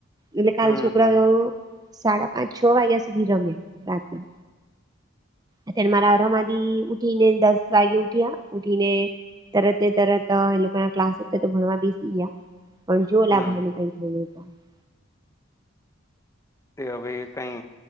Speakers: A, on the right (about 20°); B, on the left (about 15°).
A: એટલે કાલે
B: હમ
A: છોક કરાઓ
B: હમ
A: સાડા પાંચ-છ વાગ્યા સુધી રમ્યા, રાતના અત્યારે મારા અ રમાધી ઉઠી ને દસ વાગે ઉઠ્યા ઉઠીને તરત ને તરત એ લોકોના ક્લાસ અતા તો ભણવા બેસી ગીયા પણ જો ઓલા
B: હમ
A: ભાઈનું કઈ થયું તો
B: તે હવે કઈ